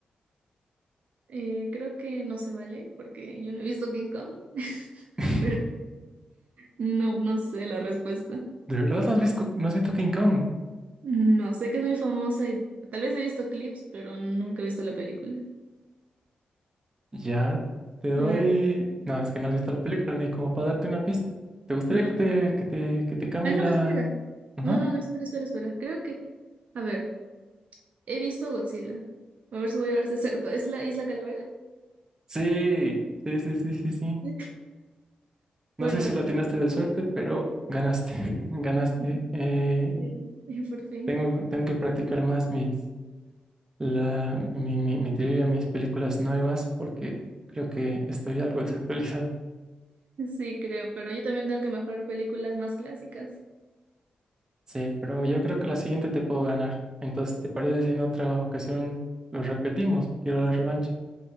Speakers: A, on the right; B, on the right.
A: Eh, creo que no se vale porque yo no he visto King Kong, <laughs>
B: <laughs>
A: pero no, no sé la respuesta.
B: ¿De verdad no has visto, no has visto King Kong?
A: No, sé que es muy famosa y tal vez he visto clips, pero nunca he visto la película.
B: Ya, te doy...
A: A ver,
B: No, es que no has visto la película ni como para darte una pista. ¿Te gustaría
A: no.
B: que te, que te, que te cambie
A: Ah, no,
B: la...
A: espera.
B: Ajá.
A: No, no, no, espera, espera, espera. Creo que, a ver, he visto Godzilla. A ver si voy a verse cierto. ¿Es la Isla Calavera?
B: Sí, sí, sí, sí, sí, sí.
A: <laughs>
B: No
A: Bueno,
B: sé si la atinaste de suerte, pero ganaste, <laughs> ganaste.
A: sí,
B: Eh,
A: <laughs> por fin.
B: tengo, tengo que practicar más mis, la, mi, mi, mi trivia, mis películas nuevas, porque creo que estoy algo <laughs> desactualizado.
A: Sí, creo, pero yo también tengo que mejorar películas más clásicas.
B: Sí, pero yo creo que la siguiente te puedo ganar. Entonces, ¿te parece si en otra ocasión lo repetimos? Quiero la revancha.